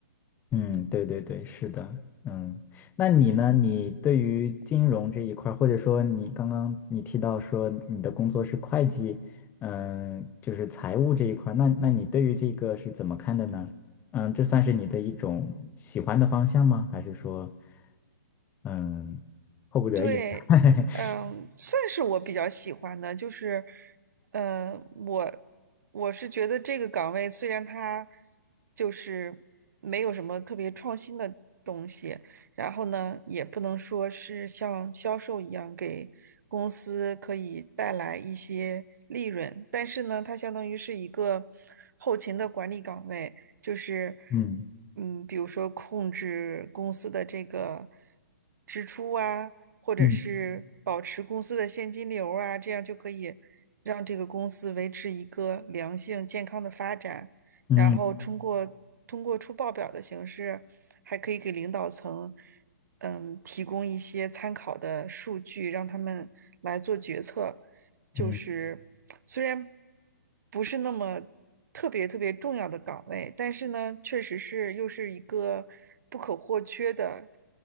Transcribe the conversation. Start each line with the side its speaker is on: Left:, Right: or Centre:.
Left: 嗯，对对对，是的。嗯，那你呢？你对于金融这一块儿，或者说你刚刚你提到说你的工作是会计，嗯，就是财务这一块儿，那那你对于这个是怎么看的呢？嗯，这算是你的一种喜欢的方向吗？还是说，嗯，迫不得已？
Right: 对，
Left: <laughs>
Right: 嗯，算是我比较喜欢的，就是，嗯，我我是觉得这个岗位虽然它就是没有什么特别创新的东西，然后呢，也不能说是像销售一样给公司可以带来一些利润，但是呢，它相当于是一个后勤的管理岗位，就是
Left: 嗯
Right: 嗯，比如说控制公司的这个支出啊，或者是保持公司的现金流啊，
Left: 嗯
Right: 这样就可以让这个公司维持一个良性健康的发展。
Left: 嗯
Right: 然后通过通过出报表的形式，还可以给领导层嗯提供一些参考的数据，让他们来做决策。就是虽然
Left: 嗯。
Right: 不是那么特别特别重要的岗位，但是呢，确实是又是一个不可或缺的